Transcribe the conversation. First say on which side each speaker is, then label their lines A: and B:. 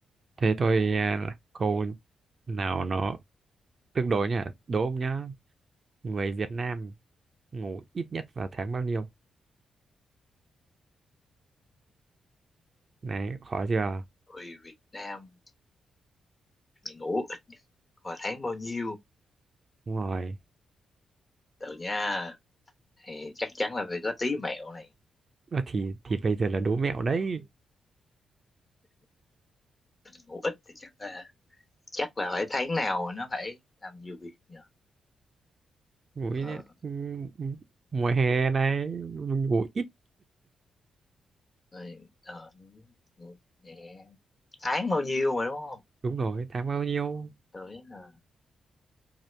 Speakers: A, on the right; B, on the left.
A: Thế tôi à, là câu nào nó tương đối nhỉ? Đố ông nhá. Người Việt Nam ngủ ít nhất vào tháng bao nhiêu? Này, khó chưa?
B: người Việt Nam mày ngủ ít vào tháng bao nhiêu
A: Đúng rồi.
B: tự nha thì chắc chắn là phải có tí mẹo này
A: Ơ thì thì bây giờ là đố mẹo đấy.
B: ngủ ít thì chắc là chắc là phải tháng nào mà nó phải làm nhiều việc nhờ
A: Ngủ ít
B: ờ,
A: nhất. ừ, ừ, Mùa hè này mình ngủ ít.
B: rồi, ờ, ngủ- nè, tháng bao nhiêu mà đúng không
A: Đúng rồi, tháng bao nhiêu?
B: tự nhá